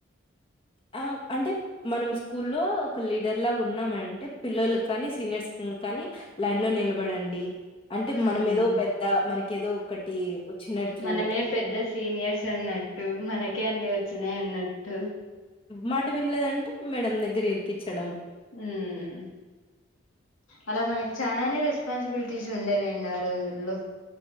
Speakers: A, on the left; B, on the left.
A: ఆహ్ అంటే మనం స్కూల్లో ఒక లీడర్ లాగా ఉన్నామంటే పిల్లలు కానీ సీనియర్స్ హు కానీ లైన్ లో నిలబడండి. అంటే
B: ఉమ్.
A: మనం ఏదో పెద్ద మనకేదో ఒకటి వచ్చినటు
B: మనమే పెద్ద సీనియర్స్ అన్నట్టు, మనకే అన్ని వచ్చినాయ్ అన్నట్టు.
A: మాట వినలేదంటే మేడం దగ్గర ఇరికిచ్చడం.
B: హుహు్ అలా మనకి చానానే రెస్పాన్సిబిలిటీస్ ఉండేదండి. ఆ రోజుల్లో